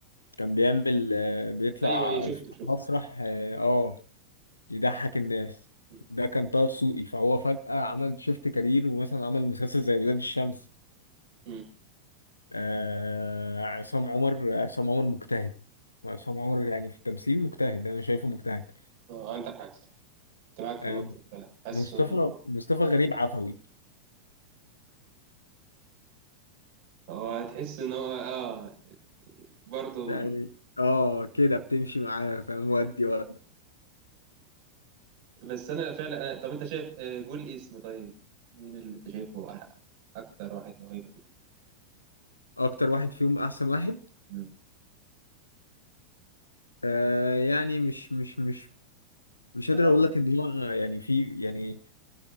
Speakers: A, on the left; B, on the right.
A: كان بيعمل آه، بيطلع
B: ايوه ايوه شفته
A: في
B: شفته
A: مسرح اه آه، يضحك الناس
B: امم
A: ده كان طه دسوقي فهو فجأة عمل شيفت كارير ومثلا عمل مسلسل زي ولاد الشمس
B: أمم.
A: آه عصام عمر عصام عمر مجتهد عصام عمر يعني في التمثيل مجتهد انا شايفه مجتهد
B: اه عندك حاجه صح كنت معاك في
A: آه
B: النقطه دي فعلا. حاسه
A: مصطفى
B: ان
A: مصطفى غريب عفوي
B: هو هتحس ان هو اه برضه
A: يعني
B: <laughs>
A: اه كده بتمشي معاه فاهم ودي ودي
B: بس انا فعلا أنا... طب انت شايف آه، قول اسم طيب مين اللي انت شايفه أح... اكتر واحد موهبه فيه
A: اكتر واحد فيهم احسن واحد
B: امم
A: آه يعني مش مش مش مش قادر
B: آه.
A: اقول لك ان هو يعني في يعني